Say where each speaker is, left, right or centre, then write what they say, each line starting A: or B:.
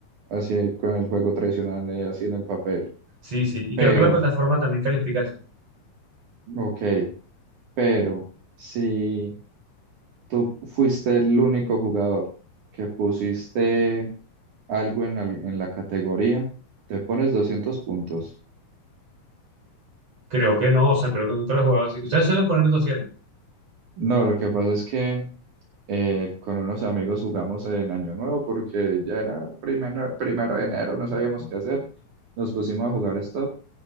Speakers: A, on the right (about 65°); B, on the right (about 50°).
A: Así con el juego tradicional de así en el papel.
B: Sí, sí. Y
A: Pero,
B: creo que la plataforma también califica así.
A: ok, pero si Tú fuiste el único jugador que pusiste algo en, al- en la categoría, te pones 200 puntos.
B: Creo que no, o sea, creo que nunca lo he jugado así. Ustedes suelen poner doscientos
A: No, lo que pasa es que eh, con unos amigos jugamos en Año Nuevo porque ya era primero, primero de enero, no sabíamos qué hacer. Nos pusimos a jugar Stop